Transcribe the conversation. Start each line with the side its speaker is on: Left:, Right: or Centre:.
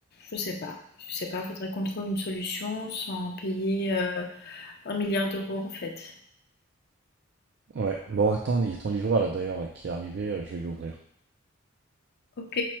Left: je sais pas. Je sais pas, faudrait qu'on trouve une solution sans payer euh, Un milliard d'euros en fait.
Right: ouais. Bon, attends, il y a ton livreur, là, d'ailleurs, qui est arrivé. euh, Je vais lui ouvrir.
Left: Ok.